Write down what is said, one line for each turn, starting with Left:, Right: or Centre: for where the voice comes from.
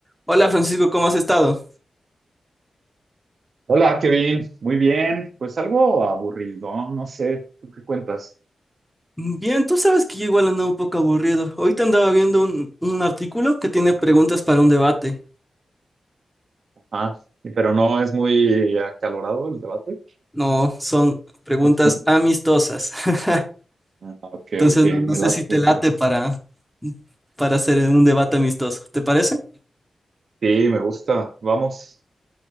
Centre: Hola Francisco, ¿cómo has estado?
Right: Hola, Kevin. Muy bien. Pues algo aburrido, no sé. ¿Tú qué cuentas?
Centre: Bien, tú sabes que yo igual ando un poco aburrido. Ahorita andaba viendo un, un artículo que tiene preguntas para un debate.
Right: Ah, Pero no es muy acalorado el debate.
Centre: No, son preguntas
Right: <laughs>
Centre: amistosas. <laughs>
Right: Ah, Ok,
Centre: Entonces
Right: ok.
Centre: no, no
Right: Me
Centre: sé
Right: late
Centre: si te
Right: entonces.
Centre: late para, para hacer un debate amistoso. ¿Te parece?
Right: Sí, me gusta. Vamos.